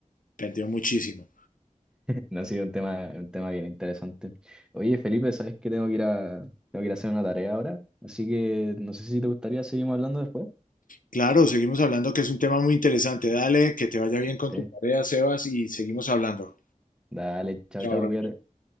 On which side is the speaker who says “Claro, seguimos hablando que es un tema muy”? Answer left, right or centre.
Left